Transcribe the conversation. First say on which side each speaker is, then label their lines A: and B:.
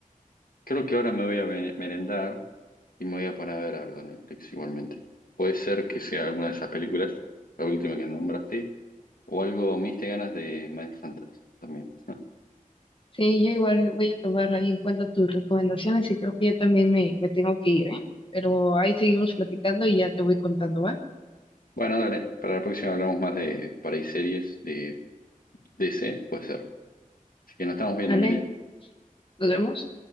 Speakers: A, on the left; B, on the left.
A: creo que ahora me voy a me- merendar y me voy a poner a ver algo en Netflix igualmente. Puede ser que sea alguna de esas películas, la última que nombraste, o algo, me diste ganas de Mindhunters también.
B: sí, yo igual voy a tomar ahí en cuenta tus recomendaciones y creo que yo también me, me tengo que ir, ¿eh? Pero ahí seguimos platicando y ya te voy contando, ¿va?
A: Bueno, dale, para la próxima hablamos más de, por ahí, series de DC, puede ser. Así que nos estamos viendo,
B: Dale,
A: Meli.
B: nos vemos.